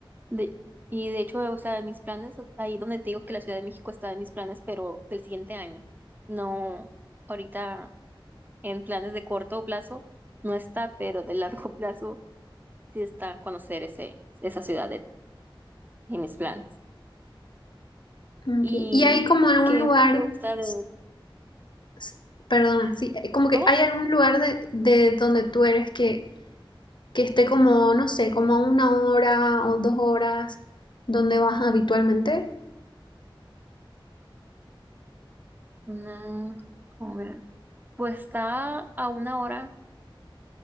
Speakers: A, on the right; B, on the left.
A: de, y de hecho, o sea, de mis planes, ahí donde te digo que la Ciudad de México está en mis planes, pero del siguiente año. No, ahorita en planes de corto plazo no está, pero de largo <laughs> plazo sí está conocer ese, esa ciudad de- en mis planes.
B: Ok,
A: ¿Y
B: Y hay como algún
A: qué
B: lugar,
A: te gusta de...
B: s- s- perdona, sí, eh, como
A: ¿Cómo?
B: que hay algún lugar de, de donde tú eres que, que esté como, no sé, como a una hora o dos horas donde vas habitualmente.
A: Mm, a ver, Pues está a una hora